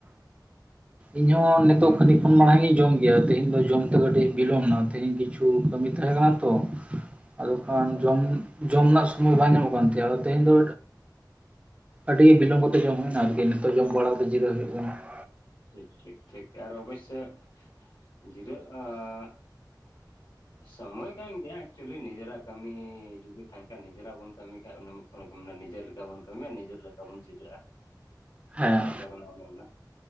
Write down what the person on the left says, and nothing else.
ᱟᱪᱪᱷᱟ
ᱴᱷᱤᱠ ᱴᱷᱤᱠ ᱴᱷᱤᱠ ᱟᱨ ᱚᱵᱚᱥᱚᱭ ᱡᱤᱨᱟᱹᱜ ᱟᱻᱜ <unintelligible> ᱥᱚᱢᱚᱭ ᱠᱟᱱ ᱜᱮᱭᱟ ᱮᱠᱪᱩᱭᱮᱞᱤ ᱱᱤᱡᱮᱨᱟᱜ ᱠᱟᱹᱢᱤ ᱡᱫᱤ ᱛᱟᱦᱮᱱ ᱠᱷᱟᱱ ᱱᱤᱡᱮᱨᱟᱜ ᱵᱚᱱ ᱠᱟᱹᱢᱤ ᱠᱷᱟᱱᱡ ᱚᱱᱟ ᱠᱚ ᱢᱮᱱᱟ ᱱᱤᱡᱮᱨ ᱞᱮᱠᱟ ᱵᱚᱱ ᱠᱟᱹᱢᱤᱭᱟ ᱱᱤᱡᱮᱨ ᱞᱮᱠᱟ ᱵᱚᱱ ᱡᱤᱨᱟᱹᱜᱼᱟ,
ᱠᱟᱛᱷᱟ ᱫᱚ ᱠᱟᱱᱟ ᱚᱱᱮ ᱚᱱᱟ,